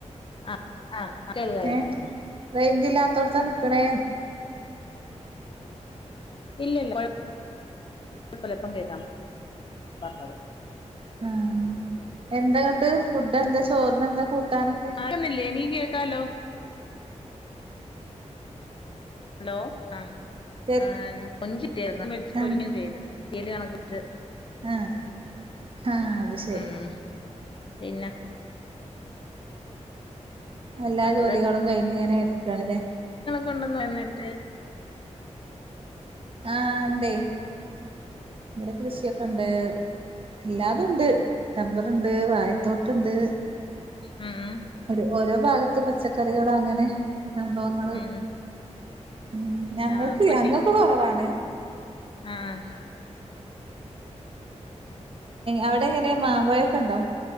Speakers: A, on the left (about 45°); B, on the right (about 50°).
A: ആഹ്ആഹ് കേൾ കേൾക്കാം
B: ഏഹ്
A: പറഞ്ഞേ
B: റേഞ്ചില്ലാത്തോട്ത്താ നിക്കണേന്.
A: ഇല്ലല്ലകൊഴപ്പല്ലിപ്പം കേൾക്കാം പറഞ്ഞോളൂ
B: ആഹ എന്താന്ട്ട് ഫുഡ് എന്താ ചോറിന്എന്താ കൂട്ടാനൊക്കെ?
A: കേക്കുന്നില്ലേ നീകേക്കാലോ. ഹലോ ആഹ്
B: പേർക്ക്
A: ആഹ് കൊഞ്ചികിട്ടേര്ന്നു. മേടിച്ച് പൊരിക്കേം
B: ആഹ്
A: ചെയ്ത്. തീയലണകുച്.
B: ആഹ് ആഹ് അത് ശരി.
A: ഉം പിന്നെ.
B: എല്ലാ
A: ആ, അവിടെ
B: ജോലികളും കഴിഞ്ഞ്ങ്ങനെ ഇരിക്കാണ്ല്ലേ.
A: കൊണ്ടന്ന് വന്നിട്ട്.
B: ആഹ്, ഇണ്ടേയ്, ഇവിടെ കൃഷൊക്കെണ്ട്. എല്ലാതുംണ്ട്, റബ്ബറ്ണ്ട് വായത്തോട്ട്ണ്ട്.
A: ഉം ഉം
B: ഒരു ഓരോ ഭാഗത്ത് പച്ചക്കറികള് അങ്ങനെ സംഭവങ്ങള്.
A: ഉം ഉം
B: ഉം, ഞങ്ങൾക്ക്
A: ആഹ് ഒറ്റ
B: ഞങ്ങൾക്ക് കൊറവാണ്.
A: ആഹ്.
B: അവിടെങ്ങനെ മാമ്പയൊക്കെണ്ടോ?